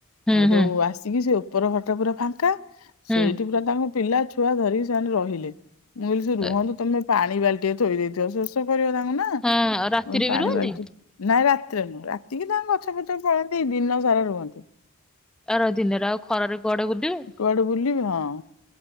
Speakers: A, in the centre; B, on the left (about 80°).
A: ହୁଁ
B: ହେଟୁ
A: ହୁଁ
B: ଆସିକି ସେ, ଓ ଉପର ଘରଟା ପୁରା ଫାଙ୍କା,
A: ହୁଁ।
B: ସେଇଟି ପୁରା ତାଙ୍କ ପିଲା ଛୁଆ ଧରିକି ସେମାନେ ରହିଲେ। ମୁଁ କହିଲି ସେ ରୁହନ୍ତୁ,
A: ଏ
B: ତମେ ପାଣି ବାଲ୍ଟିଏ ଥୋଇ ଦେଇଥିବ, ସୋଷ କରିବ ତାଙ୍କୁ ନାଁ।
A: ହଁ। ରାତିରେ
B: ପାଣି
A: ବି ରୁହନ୍ତି?
B: ବାଲ୍ଟି, ନାଇଁ ରାତିରେ ନୁହଁ, ରାତିକି ତାଙ୍କ ଗଛ ଫଛ ପଳନ୍ତି ଦିନ ସାରା ରୁହନ୍ତି।
A: ଏରା ଦିନରେ ଆଉ ଖରାରେ କୁଆଡ଼େ ବୁଲିବେ।
B: କୁଆଡ଼େ ବୁଲିବେ ହଁ,